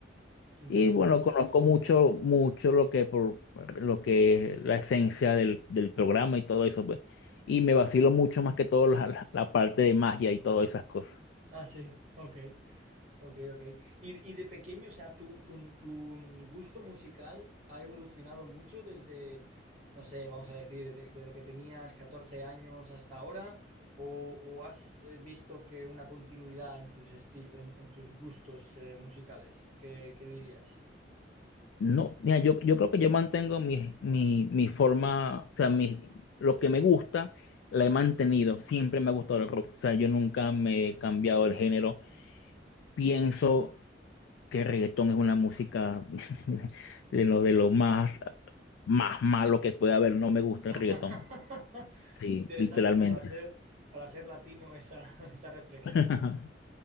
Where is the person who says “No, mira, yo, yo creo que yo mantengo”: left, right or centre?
Left